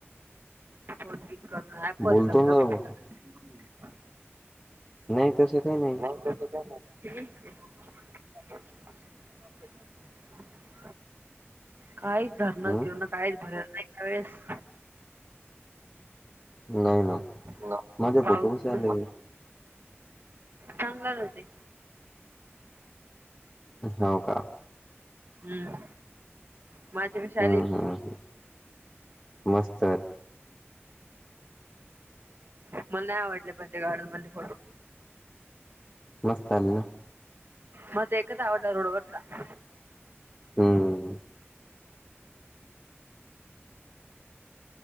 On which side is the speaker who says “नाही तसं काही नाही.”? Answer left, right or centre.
Left